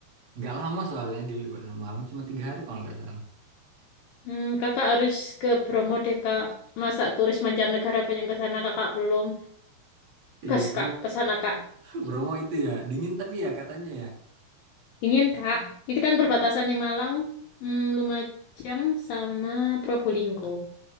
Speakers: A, on the right; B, on the left.
A: Nggak lama soalnya di Lembah Malang cuma tiga hari kalau nggak salah.
B: Hmm, kakak harus ke Bromo deh, Kak. Masa turis mancanegara banyak ke sana, kakak belum.
A: Iya
B: Gas,
A: Bromo.
B: Kak, ke sana, Kak.
A: <laughs> Bromo itu ya dingin tapi ya katanya ya.
B: Ingin, Kak. Itu kan perbatasannya Malang, hmm, Lumajang, sama Probolinggo.